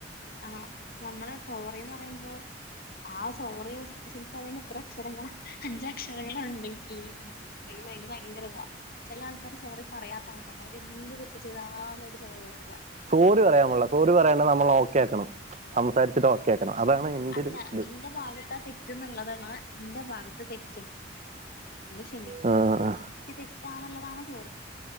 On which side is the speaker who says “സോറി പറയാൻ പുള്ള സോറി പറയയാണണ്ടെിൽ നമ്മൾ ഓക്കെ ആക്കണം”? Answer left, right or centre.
Right